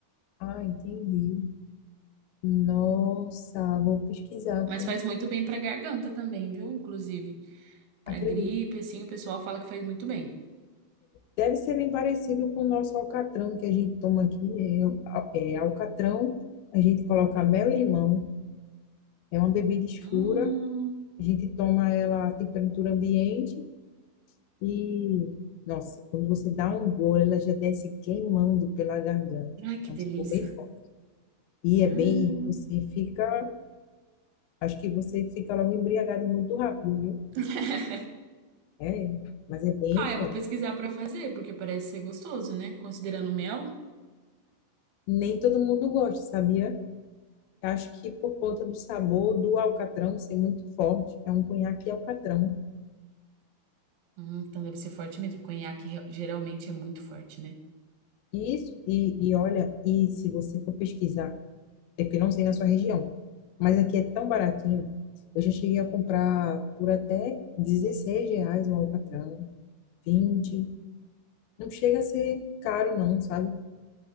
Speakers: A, on the left (about 75°); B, on the right (about 75°).
A: Ah, entendi. Nossa, vou pesquisar,
B: Mas
A: como,
B: faz muito bem pra garganta também, viu? Inclusive, pra
A: acredito.
B: gripe, assim, o pessoal fala que faz muito bem.
A: Deve ser bem parecido com o nosso alcatrão que a gente toma aqui. É, al- é alcatrão, a gente coloca mel e limão. É uma bebida escura,
B: Hum.
A: a gente toma ela a temperatura ambiente E, nossa, quando você dá um gole, ela já desce queimando pela garganta.
B: Ai, que
A: É
B: delícia.
A: um sabor bem forte. E
B: Hum.
A: é bem, você fica, acho que você fica logo embriagado muito rápido, viu?
B: <laughs>
A: É, mas é bem
B: Ah,
A: forte.
B: eu vou pesquisar pra fazer, porque parece ser gostoso, né? Considerando o mel.
A: Nem todo mundo gosta, sabia? Acho que por conta do sabor do alcatrão ser muito forte, é um conhaque alcatrão.
B: Hum, então deve ser forte mesmo. Conhaque re- geralmente é muito forte, né?
A: Isso, e, e olha, e se você for pesquisar É porque não sei na sua região. Mas aqui é tão baratinho. Eu já cheguei a comprar por até 16 reais o alcatrão, 20. Não chega a ser caro, não, sabe?